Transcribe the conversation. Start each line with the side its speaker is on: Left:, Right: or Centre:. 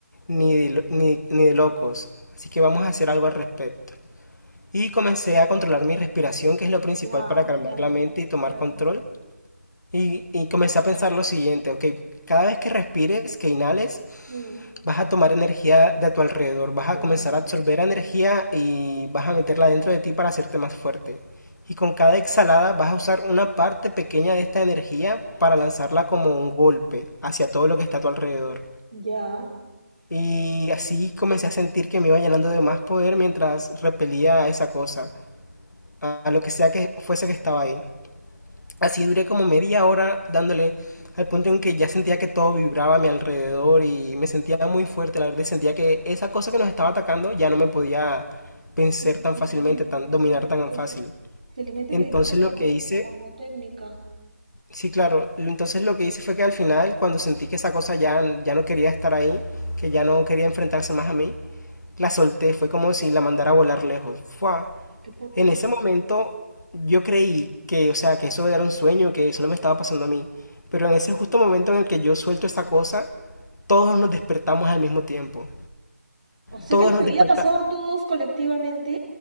Left: ni de, lo- ni, ni de locos, así que vamos a hacer algo al respecto. Y comencé a controlar mi respiración, que es lo principal
Right: Ya,
Left: para calmar
Right: claro,
Left: la mente y tomar
Right: claro,
Left: control. Y, y comencé a pensar lo siguiente, ok, cada vez que respires, que inhales,
Right: Mm,
Left: vas a tomar energía de tu alrededor, vas a
Right: ya.
Left: comenzar a absorber energía y vas a meterla dentro de ti para hacerte más fuerte. Y con cada exhalada vas a usar una parte pequeña de esta energía para lanzarla como un golpe hacia todo lo que está a tu alrededor.
Right: ya.
Left: Y así comencé a sentir que me iba llenando de más poder mientras repelía a esa cosa, a a lo que sea que fuese que estaba ahí. Así duré como media hora dándole al punto en que ya sentía que todo vibraba a mi alrededor y me sentía muy fuerte, la verdad, y sentía que esa cosa que nos estaba atacando ya no me podía vencer
Right: Fel-
Left: tan
Right: Felizmente,
Left: fácilmente, tan, dominar
Right: felizmente
Left: tan
Right: que diste,
Left: fácil.
Right: felizmente
Left: Entonces
Right: que diste con
Left: lo que
Right: eso,
Left: hice,
Right: como técnica.
Left: sí, claro, lo- entonces lo que hice fue que al final, cuando sentí que esa cosa ya, ya no quería estar ahí, que ya no quería enfrentarse más a mí, la solté, fue como si la mandara a volar lejos. ¡Fua!
Right: Qué potente.
Left: En ese momento yo creí que, o sea, que eso era un sueño, que eso no me estaba pasando a mí. Pero en ese justo momento en el que yo suelto esta cosa, todos nos despertamos al mismo tiempo.
Right: O sea
Left: Todos
Right: que les
Left: nos
Right: había
Left: despertamos.
Right: pasado a todos colectivamente.